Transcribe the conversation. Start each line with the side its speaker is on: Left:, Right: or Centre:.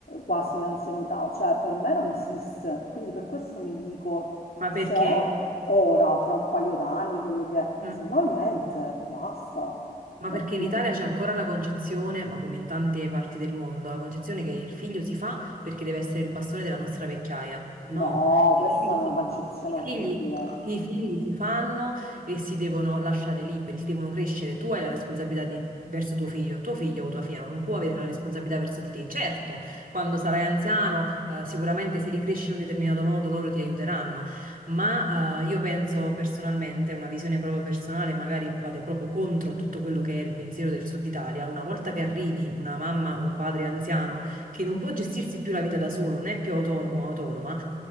Left: quasi l'anzianità, cioè per me non esiste. Quindi per questo mi dico,
Right: Ma
Left: se
Right: perché...
Left: ora, tra un paio d'anni, quello che è,
Right: mm.
Left: se no niente, basta,
Right: Ma
Left: mai
Right: perché
Left: più.
Right: in Italia c'è ancora la concezione, ma come in tante parti del mondo, la concezione che il figlio si fa perché deve essere il bastone della nostra vecchiaia. No,
Left: No,
Right: i
Left: questa
Right: figli
Left: è una
Right: si,
Left: concezione
Right: fa- i figli,
Left: orribile.
Right: i figli si fanno e si devono lasciare liberi, si devono crescere. Tu hai la responsabilità di- verso tuo figlio, tuo figlio o tua figlia non può avere la responsabilità verso di te. Certo, quando sarai anziano, eh, sicuramente se li cresci in un determinato modo loro ti aiuteranno ma eh, io penso personalmente, una visione proprio personale, magari vado proprio contro a tutto quello che è il pensiero del Sud Italia. Una volta che arrivi una mamma o un padre anziano che non può gestirsi più la vita da solo, non è più autonomo o autonoma,